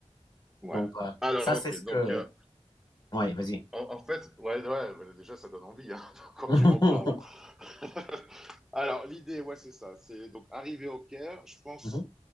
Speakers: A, in the centre; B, on the left (about 35°).
A: Ouais.
B: Donc, euh,
A: Alors,
B: ça, c'est
A: ok,
B: ce que...
A: donc, euh,
B: Ouais, vas-y.
A: en, en fait, ouais, ouais, bah, déjà, ça donne envie hein, <laughs> quand
B: <laughs>
A: tu en parles. <laughs> Alors, l'idée, ouais, c'est ça. C'est donc arriver au Caire, je pense
B: Mhm,